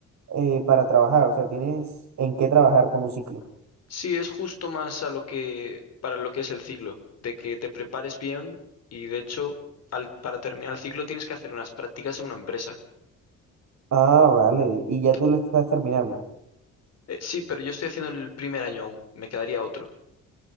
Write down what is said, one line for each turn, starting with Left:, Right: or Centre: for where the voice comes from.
Right: eh, para trabajar, o sea, tienes en qué trabajar con un ciclo.
Left: Sí, es justo más a lo que, para lo que es el ciclo, de que te prepares bien y de hecho, al, para terminar el ciclo tienes que hacer unas prácticas en una empresa.
Right: Ah, vale. Y
Left: Ento-
Right: ya tú lo estás terminando.
Left: eh, sí, pero yo estoy haciendo el primer año aún, me quedaría otro.